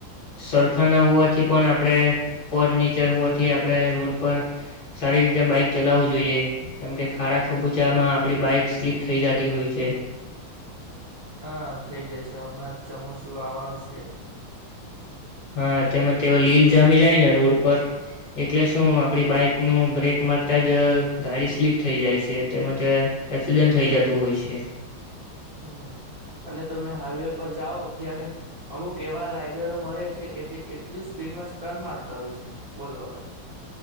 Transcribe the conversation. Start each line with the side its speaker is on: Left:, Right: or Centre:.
Left: સરખા ના હોવાથી પણ આપણે ઉપર નીચર હોવાથી આપણે રોડ પર સારી રીતે બાઈક ચલાવવું જોઈએ, કેમકે ખાડા ખબૂચામાં આપડી બાઈક સ્લીપ થઈ જાતી હોય છે.
Right: હા થઇ જાય છે હમણાં ચમાસું આવવાનું છે.
Left: હા તેમજ તેઓ લીલ જામી જાય ને રોડ ઉપર એટલે શું આપડી બાઈક નું બ્રેક મારતા જ ગાડી સ્લીપ થઈ જાય છે, તેમજ એક્સિડન્ટ થઈ જતું હોય છે.
Right: હમ્મ અને તમે હાઈવે પર જાઓ ત્યારે અમુક એવા રાઈડરો મળે છે કે જે એટલી સ્પીડમાં સ્ટન મારતા હોય છે બોલો હવે.